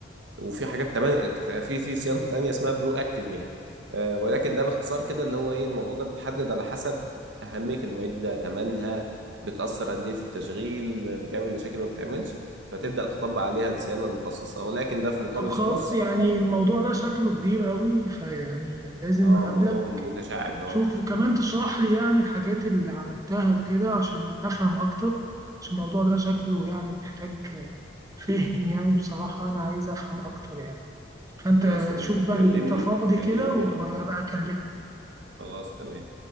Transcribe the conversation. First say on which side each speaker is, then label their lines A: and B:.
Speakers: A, on the right (about 70°); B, on the right (about 20°).
A: وفي حاجات تمام في في صيانه <laughs> تانيه اسمها برو اكتيف يعني آه، ولكن ده باختصار كده اللي هو ايه الموضوع ده بيتحدد على حسب اهميه المعده ثمنها بتاثر قد ايه في التشغيل آه، بتعمل مشاكل ما بتعملش فتبدا تطبق عليها الصيانه المخصصه ولكن ده في مقابل
B: طب خلاص
A: فلوس
B: يعني الموضوع
A: اه
B: ده شكله كبير قوي فيعني لازم
A: آه،
B: اقابلك
A: موضوع متشعب اه
B: شوف وكمان تشرح لي يعني الحاجات اللي عملتها وكده عشان افهم اكتر عشان الموضوع ده شكله يعني محتاج فهم يعني بصراحة انا عايز افهم اكتر يعني فانت
A: خلاص تمام
B: شوف بقى
A: كلمني
B: انت فاضي
A: كلمني
B: كده وهبقى
A: اه
B: اكلمك
A: خلاص تمام